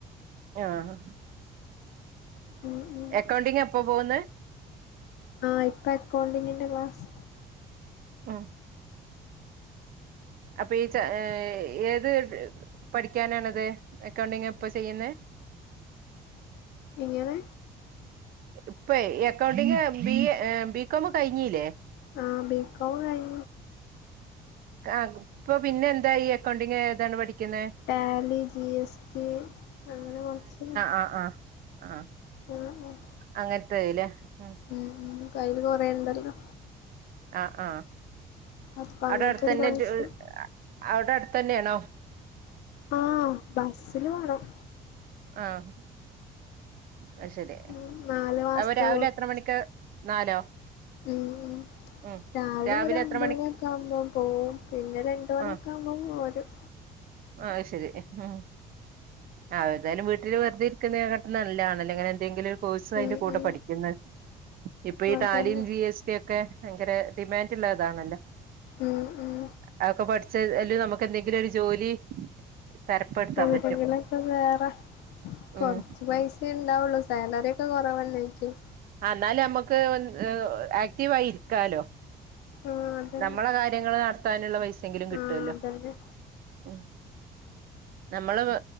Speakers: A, on the right; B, on the left.
A: ആഹ
B: ഉം ഉം
A: അക്കൗണ്ടിങ് എപ്പോ പോകുന്നത്
B: ആഹ ഇപ്പ അക്കൗണ്ടിങ്ങിന്റെ ക്ലാസ്
A: ആഹ അപ്പ ഈ ഏത് പഠിക്കാനാണത് അക്കൗണ്ടിങ് ഇപ്പൊ ചെയ്യുന്ന
B: എങ്ങനെ
A: ഇപ്പൊ അക്കൗണ്ടിങ് ബി എ ബികോം കഴിഞ്ഞിലെ
B: ആഹ ബി കോം കഴി
A: ആ ഇപ്പൊ പിന്നെ എന്താ ഈ അക്കൗണ്ടിങ് ഏതാണ് പഠിക്കുന്നത്
B: ടാലി ജി എസ് ടി അങ്ങനെ കുറച്ച്
A: ആഹ ആഹ ആ
B: ആഹ് ആഹ്
A: അങ്ങനത്തല്ലേ ഉ
B: ഉം കയ്യില് കൊറേുണ്ടല്ലോ
A: അ ആഹ്
B: അപ്പൊ അങ്ങനത്തെ
A: അവിടെടുത്തന്നെ
B: ഒരു കോഴ്സ്
A: ന്റെ അവിടെ അടുത്തന്നെണോ
B: ആഹ് ബസ്സില് പോണം
A: ആഹ് അത് ശരി
B: ഉം നാല് മാസത്തെ
A: അപ്പ രാവിലെ എത്ര മണിക്കാ നാലോ
B: ഉംഉം
A: ഉം
B: രാവിലെ ഒരു ഒമ്പത
A: എത്ര മണി
B: ണിയൊക്കെ ആകുമ്പോ പോവും പിന്നെ രണ്ട് മണിയൊക്കെ
A: ആ
B: ആകു ബം പോരും
A: ആ അയ് ശരി ഹ് ഹ് ഉം ആ എഏതായാലും വീട്ടില് വെറുതെ ഇരിക്കുന്ന കാട്ടിലും നല്ലതാണല്ലോ അങ്ങനെ എന്തെങ്കിലും ഒരു കോഴ്സ് അതിന്റെ
B: ഉം
A: കൂടെ
B: ഉം
A: പഠിക്കുന്ന ഇപ്പൊ ഈ
B: അതന്നെ
A: ടാലിൻ ജി എസ് പി ഒ ക്കെ ഭയങ്കര ഡിമാൻഡ് ള്ളതാണല്ലോ
B: ഉം ഉം
A: അതൊക്കെ പഠിച്ച ലും നമുക്ക് എന്തെങ്കിലും ഒരു ജോലി തരപ്പെടുത്താൻ
B: <unintelligible>
A: പറ്റും
B: വേറെ കൊറച്ച്
A: ഉം
B: പൈസ ഉണ്ടാവുള്ളോ സാലറി ഒക്കെ കുറവല്ലായിരിക്കും
A: എന്നാലുമ്മുക്ക് ആക്റ്റീവാ യി രിക്കാലോ
B: ആഹ് അതന്നെ
A: നമ്മളെ കാര്യങ്ങള് നടത്താനുള്ള പൈസെങ്കിലും കിട്ടുവല്ലോ
B: ആഹ് അതന്നെ
A: ഉം നമ്മള് വ്